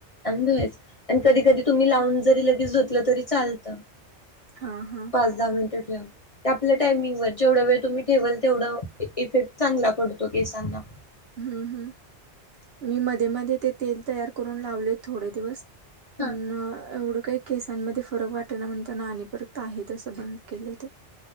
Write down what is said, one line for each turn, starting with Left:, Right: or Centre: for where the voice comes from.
Left: अन् धुवायचं आणि कधी कधी तुम्ही लावून जरी लगेच धूतलं तरी चालतं
Right: हां हां
Left: पाच दहा मिनट आपल्या टायमिंग वर जेवढा वेळ तुम्ही ठेवाल तेवढा इफेक्ट चांगला पडतो केसांना
Right: हम्म हम्म मी मध्ये मध्ये ते तेल तयार करून लावले थोडे दिवस पन
Left: हा
Right: एवढ काही केसांमध्ये फरक वाटाना म्हण त्यांना आणि परत आहे असं बंद केलं ते